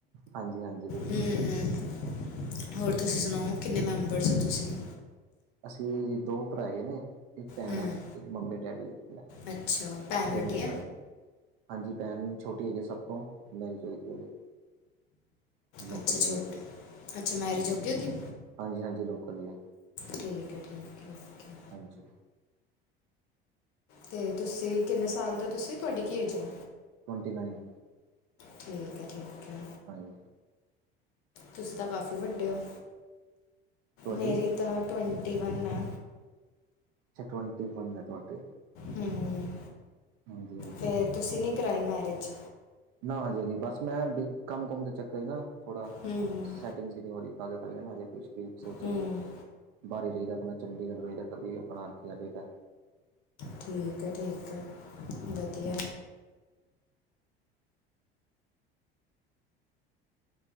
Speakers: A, on the right (about 50°); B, on the left (about 45°).
A: ਹਾਂਜੀ ਹਾਂਜੀ ਬਿਲਕੁਲ
B: ਹੁੰ। ਹੋਰ ਤੁਸੀਂ ਸੁਣਾਓ, ਕਿੰਨੇ ਮੈਂਬਰਸ ਹੋ ਤੁਸੀਂ?
A: ਅਸੀਂ ਦੋ ਭਰਾ ਹੈਗੇ ਨੇ, ਇੱਕ ਪੈਣ
B: ਹੂੰ
A: ਐ, ਇੱਕ ਮੰਮੀ, ਡੈਡੀ, ਮੈਂ।
B: ਅੱਛਾ। ਭੈਣ
A: ਛੇ
B: ਵੱਡੀ
A: ਮੈਂਬਰ ਹੈ ਹਾਂਜੀ ਭੈਣ ਛੋਟੀ ਹੈ ਜੇ ਸਭ ਤੋਂ ਮੈਰੀ ਜ ਹੋ ਜੇ ਲੋਕਲ
B: ਅੱਛਾ ਛੋਟ
A: ਹੀ ਹੋ ਦੀ ਹੈ
B: ਅੱਛਾ ਮੈਰਿਜ
A: ਹਾਂਜੀ,
B: ਹੋ ਗਈ ਉਹਦੀ
A: ਹਾਂਜੀ, ਹਾਂਜੀ ਲੋਕਲ ਹੀ ਹੈ।
B: ਠੀਕ ਹੈ ਠੀਕ ਹੈ। ਓਕੇ
A: ਹਾਂਜੀ।
B: ਤੇ ਤੁਸੀਂ ਕਿੰਨੇ ਸਾਲ ਤੋਂ ਤੁਸੀਂ ਤੁਹਾਡੀ ਕੀ ਏਜ ਹੈ?
A: Twenty nine.
B: ਠੀਕ ਹੈ, ਠੀਕ ਹੈ।
A: ਹਾਂਜ
B: ਤੁਸੀਂ ਤਾਂ ਕਾਫੀ ਵੱਡੇ ਹੋ,
A: ਤੁਹਾਡੀ
B: ਮੇਰੀ ਤਾਂ ਟਵੈਂਟੀ ਵਨ ਹੈ।
A: ਜੀ ਟ੍ਵੇਂਟੀ ਵਨ ਨੇ ਤੁਹਾਡੇ
B: ਹਮ
A: ਹਾਂਜੀ ਹਾਂਜੀ
B: ਫਿਰ ਤੁਸੀਂ ਨੀ ਕਰਾਈ ਮੈਰਿਜ।
A: ਨਾ ਹਜੇ ਨੀ ਬਸ ਮੈਂ ਕੰਮ ਕੁਮ ਦੇ ਚੱਕਰ ਹੀ ਨਾ ਥੋੜਾ
B: ਹੂੰ
A: ਸੈਟਿੰਗ ਸੀ ਨਹੀਂ ਹੋਰੀ ਤ ਕਰਕੇ ਹਜੇ ਮੈ ਕੁਛ ਵੀ ਸੋਚਿਆ
B: ਹੂੰ
A: ਹੀ ਮੈਂ ਬਾਹਰ ਹੀ ਰਹੀਦਾ, ਆਪਣਾ ਚੰਡੀਗੜ੍ਹ ਰਹੀਦਾ ਕਦੀ ਆਪਣਾ ਇੱਥੇ ਆ ਜਈ ਦਾ।
B: ਠੀਕ ਹੈ ਠੀਕ ਵਧੀਆ।